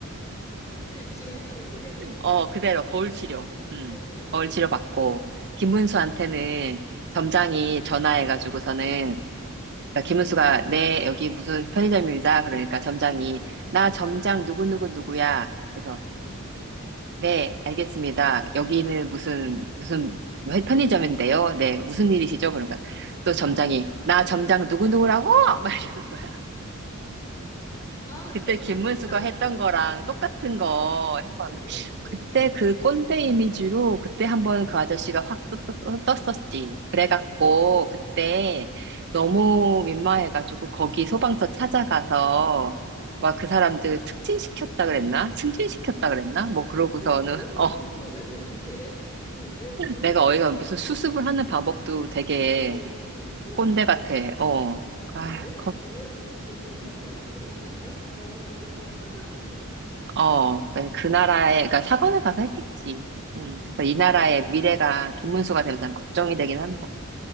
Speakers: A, on the left (about 15°); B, on the right (about 55°).
A: 지가 했던 거 그대로.
B: 어, 그대로
A: 응,
B: 거울 치료.
A: 어,
B: 음,
A: 거울 치료.
B: 거울 치료
A: 어,
B: 받고, 김문수한테는
A: 응,
B: 점장이
A: 응,
B: 전화해가지고서는
A: 응,
B: 그러니까 김은수가 네 여기 무슨 편의점입니다. 그러니까 점장이
A: 응,
B: 나
A: 응,
B: 점장 누구누구 누구야. 그래서
A: 응,
B: 네 알겠습니다. 여기는 무슨 무슨 편의점인데요. 네 무슨
A: 응.
B: 일이시죠? 그런 거야. 또
A: 응.
B: 점장이 나 점장 누구누구라고 <laughs> 막 이러는 거야.
A: 아, 진짜
B: 그때
A: 부끄럽다,
B: 김문수가
A: 그거.
B: 했던 거랑 똑같은
A: 어,
B: 거 한 거야.
A: 진짜 너무 부끄럽다.
B: 그때 그 꼰대 이미지로 그때 한번
A: 어,
B: 그 아저씨가 확 떴, 떴, 떴었지. 그래갖고
A: 응,
B: 그때
A: 응,
B: 너무 민망해가지고 거기 소방서 찾아가서
A: 응.
B: 막 그 사람들 특진시켰다 그랬나? 승진시켰다 그랬나? 뭐 그러고서는
A: 아, 뭐 그럼 왜 또,
B: <laughs> 어
A: 그건 또 왜 또 그렇게 해? 그거 왜, 왜
B: 내가
A: 또
B: 어이가
A: 그런 거야?
B: 무슨 수습을 하는 방법도 되게
A: 어, 수습하는 거 되게 이상하다.
B: 꼰대 같아. 어. 아,
A: 그걸 왜 그거랑 이게 뭔 상관이길래 그냥 가, 자기가 가서 미안하다 사과를 하면 되는 거지.
B: 어, 네, 그 나라에,
A: 어,
B: 그러니까 사관을 가서 했겠지. 음,
A: 아,
B: 그래서 이 나라의 미래가 김문수가 되면 난 걱정이 되긴 한다.